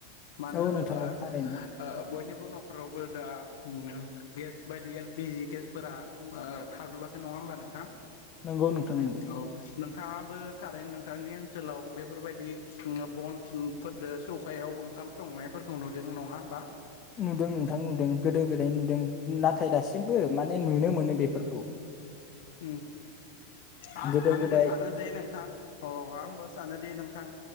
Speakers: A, on the left; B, on the left.
A: मानो
B: औ
A: होनोब्ला
B: नोंथां औ
A: ओ
B: थारैनो
A: बयनिबो नखरावबो दा ओम गेस बायदि एल पि जि गेस फोरा ओमबा ओ थाजोबाखै नङा होमबा नोंथां
B: नोंगौ नोंथां नोंगौ
A: औ नोंथाङाबो थारैनो नों नोंथांनि ओनसोलाव बेफोरबायदि बनफोरदो सौखायाव ओंखाम संनायफोरखौ नुदों नङा होमबा
B: नुदों नोंथां नुदों गोदो गोदाय नुदों नाथाय दासिमबो सिमबो माने नुनो मोनो बेफोरखौ
A: ओम आ-आंबो
B: गोदो गोदाय
A: सानोदि नोंथां अ आंबो सानोदि नों थां।